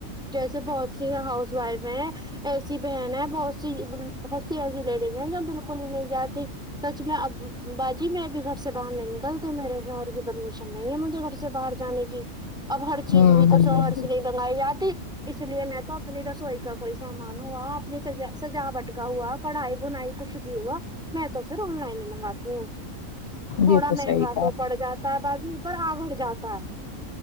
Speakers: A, in the centre; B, on the left.
A: جیسے بہت سی ہاؤس وائف ہیں ایسی بہن ہے بہت سی بہت سی ایسی لیڈیز ہیں جو بالکل نہیں جاتی سچ میں اب باجی میں ابھی گھر سے باہر نئی میرے شوہر کی پرمیشن نہیں ہے مجھے گھر سے باہر جانے کی اب ہر چیز
B: ہوں
A: بھی
B: ہوں
A: تو شوہر سے رنگائی تی اس لیے میں تو اپنی رسوئی کا کوئی سامان ہوا اپنی سا سجاوٹ کا ہوا کڑھائی بھونای کچھ بھی ہوا میں تو پھر آن لائن ہی منگاتی ہوں تھوڑا
B: یہ صحیح
A: مہنگا
B: کہا
A: تو پڑ جاتا ہے باجی پر آگڑ جاتا ہے